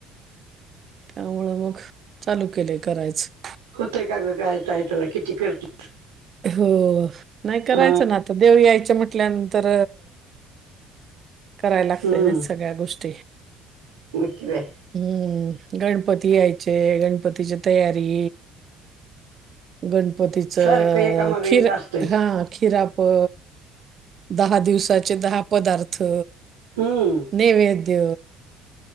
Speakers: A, on the right; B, on the right.
A: त्यामुळं मग चालू केलेय करायचं.
B: होतय का का कायय तला किती करते.
A: हो नाही करायचं
B: ह
A: ना आता देव यायच म्हटल्यानंतर करायला लागते
B: हम्म
A: नाही सगळ्या गोष्टी
B: मग काय
A: हम्म गणपती यायचे गणपतीची तयारी गणपतीच
B: सारखं एकामाग एक
A: खीर
B: असतच
A: हा खीरा प दहा दिवसाचे दहा पदार्थ
B: हमं
A: नैवेद्य.